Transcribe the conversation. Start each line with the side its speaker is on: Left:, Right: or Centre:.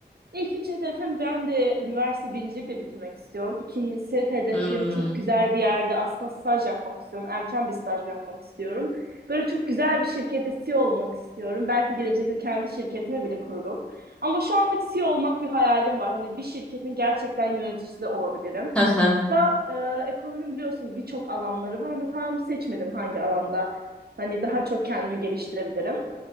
Right: İlk üç hedefim ben de üniversite birincilikle bitirmek istiyorum. İkincisi hedefim
Centre: Hmm.
Right: çok güzel bir yerde aslında staj yapmak istiyorum. Erken bir staj yapmak istiyorum. Böyle çok güzel bir şirkette CEO olmak istiyorum. Belki gelecekte kendi şirketimi bile kururum. Ama şu anlık CEO olmak bir hayalim var. Hani bir şirketin gerçekten yöneticisi de olabilirim.
Centre: <laughs> Hı hı.
Right: Daha e, ekonomi biliyorsun birçok alanları var ama tam seçmedim hangi alanda. Hani daha çok kendimi geliştirebilirim.